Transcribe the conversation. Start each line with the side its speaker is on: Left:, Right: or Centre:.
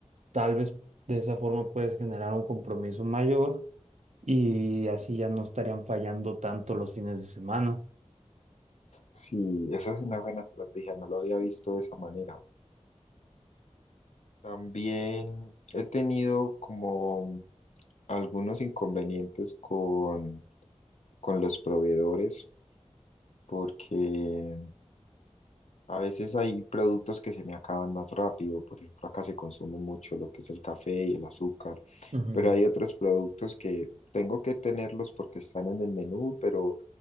Right: tal vez de esa forma puedes generar un compromiso mayor y así ya no estarían fallando tanto los fines de semana.
Left: sí, esa es una buena estrategia, no lo había visto de esa manera. También he tenido como algunos inconvenientes con, con los proveedores porque a veces hay productos que se me acaban más rápido. Por ejemplo, acá se consume mucho lo que es el café y el azúcar,
Right: Ujú,
Left: pero hay otros productos que tengo que tenerlos porque están en el menú, pero